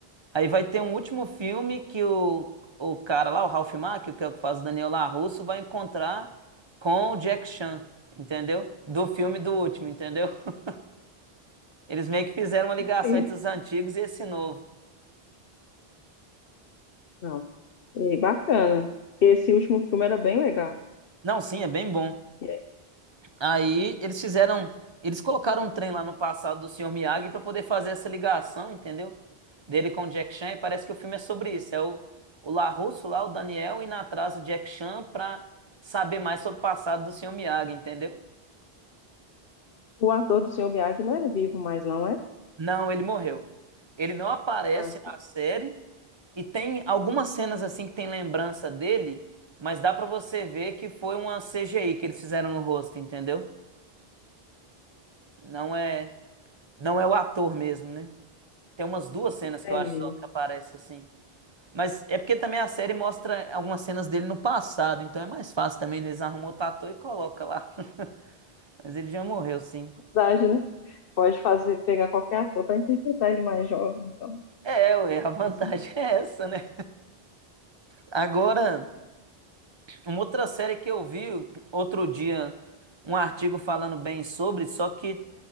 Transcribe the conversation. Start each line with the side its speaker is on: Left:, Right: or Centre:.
Right: Aí vai ter um último filme que o, o cara lá, o Ralph Macchio, que é o que faz o Daniel LaRusso, vai encontrar com o Jack Chan, entendeu? Do filme do último, entendeu? <laughs> Eles meio que fizeram uma ligação
Left: Sim,
Right: entre os antigos e esse novo.
Left: não. E bacana. Esse último filme era bem legal.
Right: Não, sim, é bem bom.
Left: E aí,
Right: Aí eles fizeram, eles colocaram um trem lá no passado do Sr. Miyagi pra poder fazer essa ligação, entendeu? Dele com o Jack Chan, e parece que o filme é sobre isso. É o, o LaRusso lá, o Daniel, indo atrás do Jack Chan pra saber mais sobre o passado do Sr. Miyagi, entendeu?
Left: O ator do Sr. Miyagi não é vivo mais, não é?
Right: Não, ele morreu. Ele não aparece
Left: Ah,
Right: na
Left: tá.
Right: série e tem algumas cenas assim que tem lembrança dele, mas dá pra você ver que foi uma CGI que eles fizeram no rosto, entendeu? Não é, não é o ator mesmo, né? Tem umas duas cenas
Left: entendi.
Right: que eu acho só que aparece assim. Mas é porque também a série mostra algumas cenas dele no passado, então é mais fácil também eles arrumam o tatu e coloca lá. <laughs> Mas ele já morreu, sim.
Left: Verdade, né? Pode fazer, pegar qualquer ator para interpretar ele mais jovem, então.
Right: É, ué, a vantagem
Left: Assim,
Right: <laughs> é essa, né? Agora, Uma outra série que eu vi outro dia, um artigo falando bem sobre, só que